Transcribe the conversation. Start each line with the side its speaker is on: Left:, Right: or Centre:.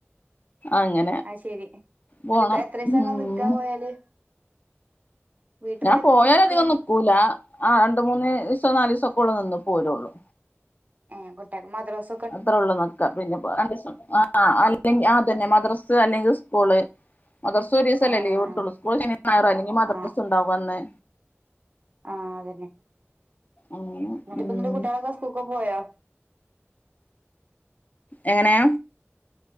Left: അങ്ങനെ
Right: അത് ശരി
Left: പോണം
Right: അതൊക്കെ എത്രീസാ
Left: ഉം
Right: ഇങ്ങള് നിക്കാ പോയാല് വീട്ട്
Left: ഞാൻ
Right: പോയാ എത്രീസം
Left: പോയാല്
Right: നിക്കും
Left: അധികം നിക്കൂല ആ രണ്ട് മൂന്ന് ദിവസം നാല് ദിവസം ഒക്കെ ഉള്ളൂ നിന്ന് പോരുള്ളൂ
Right: ഏ കുട്ടികൾക്ക് മദ്രസ
Left: അത്രേള്ളൂ നിക്ക പിന്നെ പോ രണ്ടീസം ആഹ് അല്ലെങ്കി ആതന്നെ മദ്രസ്സ് അല്ലെങ്കിൽ സ്കൂള് മദ്രസ് ഒരെസല്ലേ
Right: ആഹ്
Left: ലീവ് കിട്ടുള്ളൂ സ്കൂൾ ഞായറോ അല്ലെങ്കി മദ്രസ്സ്
Right: ആഹ്
Left: ഉണ്ടാവകും അന്ന്
Right: ആഹ് അതന്നെ
Left: അങ്ങനെ
Right: ന്നിട്ടിപ്പം
Left: ഉം
Right: എ കുട്ടികളൊക്കെ സ്കൂൾക്കൊക്കെ പോയോ?
Left: എങ്ങനെ?